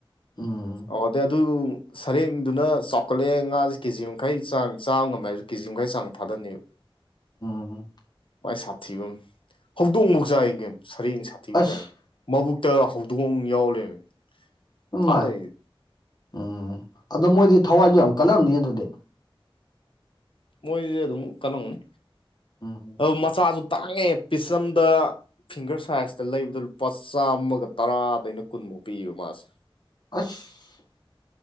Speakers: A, on the left (about 45°); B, on the left (about 65°).
A: ꯎꯝ
B: ꯑꯣ ꯑꯗꯩ ꯑꯗꯨ ꯁꯔꯦꯡꯗꯨꯅ ꯆꯥꯎꯈꯠꯂꯑꯦ ꯉꯥꯖꯦ ꯀꯦꯖꯤ ꯃꯈꯥꯏ ꯆꯥꯡ ꯆꯥꯃ ꯉꯝꯃꯦ ꯍꯥꯏꯖꯨ ꯀꯦꯖꯤ ꯃꯈꯥꯏ ꯆꯥꯡ ꯊꯥꯗꯅꯦꯕ
A: ꯎꯝ
B: ꯃꯥꯏ ꯁꯥꯊꯤꯕꯝꯅꯤ ꯍꯧꯗꯣꯡꯕꯣꯛ ꯆꯥꯏ ꯒꯩꯅꯣ ꯁꯔꯦꯡ ꯁꯥꯊꯤꯕꯩ
A: ꯑꯁ
B: ꯆꯥꯡꯖꯦ ꯃꯕꯨꯛꯇ ꯍꯧꯗꯣꯡ ꯌꯥꯎ ꯂꯩꯔꯝꯃꯤ
A: ꯎ
B: ꯊꯥ
A: ꯃꯥꯏ
B: ꯂꯩꯔꯤ
A: ꯎꯝ ꯑꯗꯣ ꯃꯣꯏꯗꯤ ꯊꯋꯥꯏꯖꯨ ꯌꯥꯝ ꯀꯜꯂꯝꯅꯤ ꯑꯗꯨꯗꯤ
B: ꯃꯣꯏꯗꯤ ꯑꯗꯨꯝ ꯀꯜꯂꯝꯒꯅꯤ
A: ꯎꯝ
B: ꯑꯗꯨ ꯃꯆꯥꯖꯨ ꯇꯥꯡꯉꯦ ꯄꯤꯁ ꯑꯝꯗ ꯐꯤꯡꯒꯔ ꯁꯥꯏꯖꯇ ꯂꯩꯕꯗ ꯂꯨꯄꯥ ꯆꯥꯝꯃꯒ ꯇꯔꯥꯗꯩꯅ ꯀꯨꯟꯃꯨꯛ ꯄꯤꯌꯦꯕ ꯃꯥꯁꯦ
A: ꯑꯁ